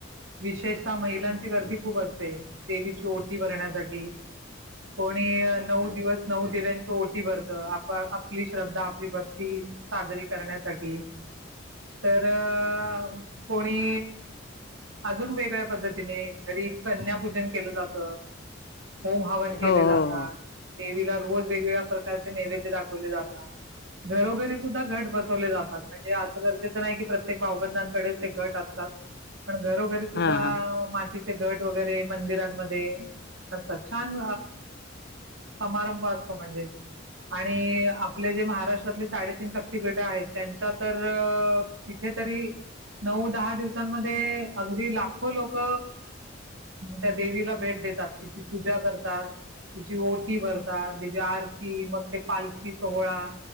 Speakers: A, on the right; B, on the left.
A: विशेषतः महिलांची गर्दी खूप असते देवीची ओटी भरण्यासाठी कोणी नऊ दिवस नऊ देव्यांची ओटी भरत आप आपली श्रद्धा आपली भक्ती साजरी करण्यासाठी तर अ कोणी अजून वेगळ्या पद्धतीने घरी कन्यापूजन केलं जातं. होम हवन केले
B: हो हो
A: जातात.
B: हो
A: देवीला रोज वेगवेगळ्या प्रकारचे नैवेद्य दाखवले जातात. घरोघरी सुद्धा घट बसवले जातात. असं गरजेचं नाही की प्रत्येक भाऊबंद डे ते घट असतात पण घरोघरी सुद्धा
B: हा हा
A: मातीचे घट वगैरे मंदिरांमध्ये असत छान समारंभ असतो म्हणजे आणि आपले जे महाराष्ट्र साडेतीन शक्ततीपेठ आहेत त्यांच्या तर तिथे तरी नऊ दहा दिवसांमध्ये अगदी लाखो लोक त्या देवीला भेट देतात तिची पूजा करतात तिची ओटी भरतात तिची आरती मग ते पालखी सोहळा